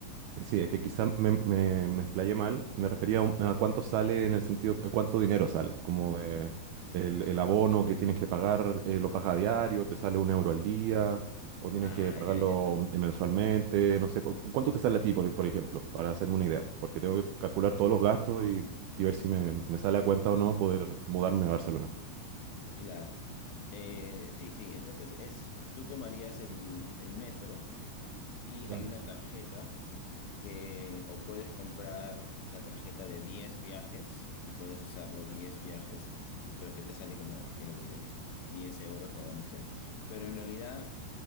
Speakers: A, on the right; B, on the left.
A: Sí, es que quizá me, me, me explayé mal. Me refería a, un- a cuánto sale en el sentido, eh, cuánto dinero sale. Como de el, el abono que tienes que pagar, eh, lo pagas a diario, te sale un euro al día, o tienes
B: Ah,
A: que pagarlo
B: ya, ya,
A: eh, mensualmente. No sé, cu- ¿cuánto te sale a ti, por, por ejemplo? Para hacerme una idea. Porque tengo que calcular todos los gastos y, y ver si me, me sale a cuenta o no poder mudarme a Barcelona.
B: claro. Eh, sí, sí, entonces es, tú tomarías el, el metro y
A: Vale.
B: hay una tarjeta eh, o puedes comprar la tarjeta de 10 viajes y puedes usarlo 10 viajes, pero que te sale como, ya me olvidé que es 10 euros o once pero en realidad